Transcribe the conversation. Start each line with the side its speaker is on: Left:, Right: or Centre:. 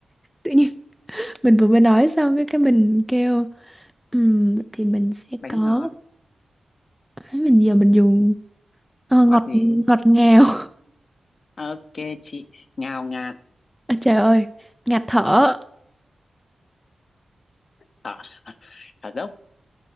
Centre: tự nhiên mình vừa mới nói xong cái cái mình kêu "Ừm, vậy thì mình sẽ
Left: bánh
Centre: có
Left: ngọt
Centre: mình giờ mình dùng ờ, ngọt
Left: ngọt gì
Centre: ngọt ngào <laughs>
Left: ok chị ngào ngạt
Centre: à, trời ơi ngạt thở
Left: ở ở dốc